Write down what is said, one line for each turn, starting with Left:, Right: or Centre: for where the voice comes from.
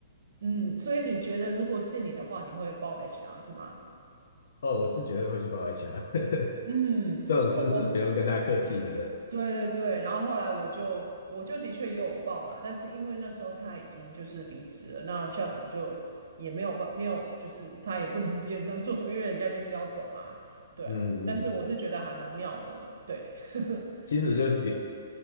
Right: 嗯，所以你觉得如果是你的话，你会报 HR 是吗？
Left: 哦，我是绝对会去报 HR，<laughs>
Right: 嗯，
Left: 这种事是不用跟他客气的。
Right: 我我对对对，然后后来我就我就的确也有报啦，但是因为那时候他已经就是离职了，那校长就也没有办没有，就是他也不能 <laughs> 也能做什么，因为人家就是要走啦，对啊，
Left: 嗯嗯，
Right: 但是我是觉得还蛮妙的，对。<laughs>
Left: 其实就是